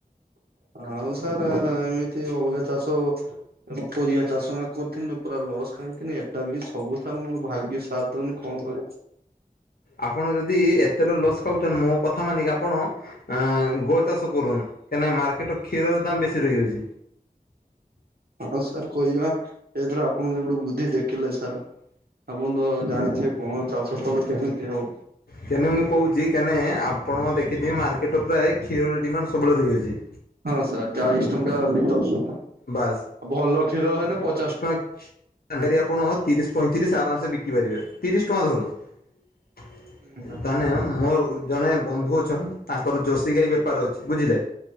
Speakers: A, on the right (about 85°); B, on the left (about 75°).
A: ଆଉ ସାର୍ ଏମିତି ଅଲଗା ଚାଷ। ଏ ମୁଁ ପରିବା ଚାଷ କରିଥିନି ଯେ ପୁରା ଲସ୍ ଖାଇଥିଲି ଏ ଟା ବି ସବୁ ସାର ମୋର ଭାଗ୍ୟ ସାଥ ଦଉନି କଣ କରିବି।
B: ଆପଣ ଯଦି ଏତେ ରୁ ଲସ୍ ଖାଉଛନ୍ତି ମୋ କଥା ମାନିକି ଆପଣ। ଆଁ ଗୋ ଚାଷ କରନୁ କାହିଁକିନା ମାର୍କଟରେ କ୍ଷୀରର ଦାମ୍ ବେଶୀ ରହି ଯାଉଛି।
A: ହଁ ସାର୍ କରିବା ଏଥର ଆପଣ ଯେବେ ଠୁ ବୁଦ୍ଧି ଦେଖିଲେ ସାର। ଆପଣ ତ ଜାଣିଛେ କଣ ଚାଷ କଲେ କେମିତି ଆଉ।
B: କେନେ ମୁଁ କହୁଛି କେନେ। ଆପଣ ଦେଖିଥିବେ ମାର୍କେଟେ ରେ ପ୍ରାୟ କ୍ଷୀର ର ଡିମାଣ୍ଡ ସବୁବେଳେ ରହିଅଛି।
A: ସାର ଚାଳିଶ ଟଙ୍କା ଲିଟର
B: ବାସ୍
A: ଭଲ କ୍ଷୀର ହେଲେ ପ
B: ଟଙ୍କା ତ ଆପଣ ତିରିଶି ପଇଁତିରିଶ ଆରାମସେ ବିକି ପାରିବେ ତିରିଶ ଟଙ୍କା ଧର।
A: ଟଙ୍କା।
B: ହୁଁ ତାନେ ମୋର ଜଣେ ବନ୍ଧୁ ଅଛନ୍ ତାଙ୍କର ଜର୍ସି ଗାଈ ବେପାର ଅଛି ବୁଝିଲେ।